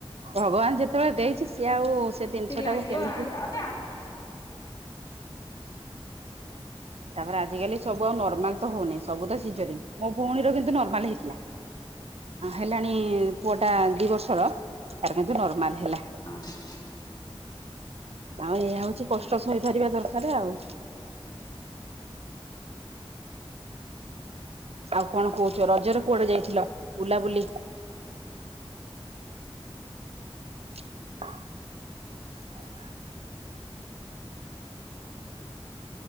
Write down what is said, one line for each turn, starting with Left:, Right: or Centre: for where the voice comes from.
Right: ଭଗବାନ ଯେତେବେଳେ ଦେଇଛି ସିଏ ଆଉ ସେ ଜିନିଷ
Left: ତି ଲାଗିବ
Right: ଟାକୁ କେମିତି
Left: ଆଉ ତାପରେ ଆଉ
Right: ତାପରେ ଆଜିକାଲି ସବୁ ଆଉ ନର୍ମାଲ ତ ହଉନିଁ ସବୁ ତ ସିଝରି ମୋ ଭଉଣୀର କିନ୍ତୁ ନର୍ମାଲ ହେଇଥିଲା ହେଲାଣି ପୁଅ ଟା ଦି ବର୍ଷର ତାର କିନ୍ତୁ ନର୍ମାଲ ହେଲା
Left: ହଁ
Right: ଆଉ ଏଇ ହଉଛି କଷ୍ଟ ସହିପାରିବା ଦରକାର ଆଉ ଆଉ କଣ କହୁଛୁ ରଜର କୁଆଡେ ଯାଇଥିଲ ବଲାବୁଲି <inaudible>